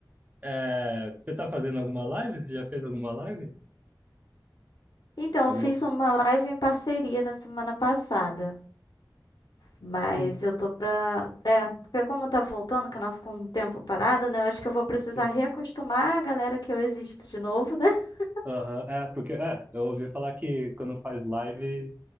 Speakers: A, on the right (about 20°); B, on the left (about 65°).
A: É... Você tá fazendo alguma live? Você já fez alguma live?
B: Então,
A: Alguma?
B: eu fiz uma live em parceria na semana passada. Mas
A: Sim.
B: eu tô pra. É, porque como tá voltando, o canal ficou um tempo parado, né? Eu acho que eu vou precisar
A: Sim.
B: reacostumar a galera que eu existo de novo, né? <laughs>
A: Aham, É, porque é, eu ouvi falar que quando faz live,